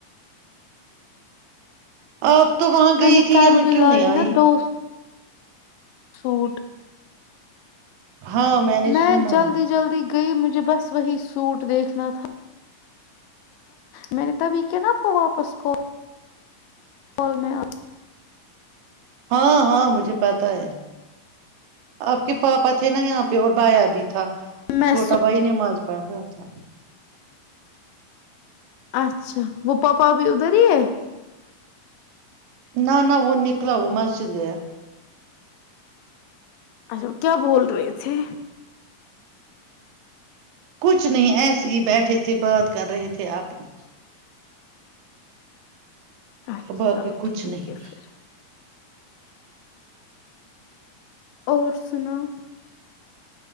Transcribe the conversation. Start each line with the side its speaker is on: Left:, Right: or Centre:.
Right: آپ تو وہاں گئی
Left: میں نے
Right: تھی
Left: کل
Right: یہاں
Left: بھی
Right: کیوں
Left: لائے
Right: نہیں آئی
Left: نا دو سوٹ
Right: ہاں نے
Left: میں
Right: سنا
Left: جلدی جلدی گئی مجھے بس وہی سوٹ دیکھنا تھا میں نے تبھی کیا نا اپ کو واپس کو کال میں آپ
Right: ہاں ہاں مجھے پتا ہے آپ کے پاپا تھے نا یہاں پہ اور بایا بھی تھا
Left: میں
Right: چھوٹا
Left: سو
Right: بھائی نے ماز پتا تھا
Left: اچھا وہ پاپا ا بھی ادھر ہے
Right: نہ نہ وہ نکل وہ مسجد گیا
Left: اچھا کیا بول رہے تھے
Right: کچھ نہیں ایسے ہی بیٹھے تھے بات کر رہے تھے اپنی
Left: اچھا
Right: باقی
Left: چلو
Right: کچھ
Left: ٹھیک
Right: نہیں
Left: ہے پھر اور سناو